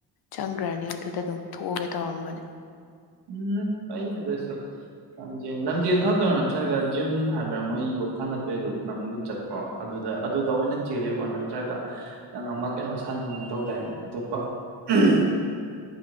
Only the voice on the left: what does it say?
ꯆꯪꯒ꯭ꯔꯅꯤ ꯑꯗꯨꯗ ꯑꯗꯨꯝ ꯊꯣꯛꯑꯒꯦ ꯇꯧꯔꯝꯕꯅꯦ꯫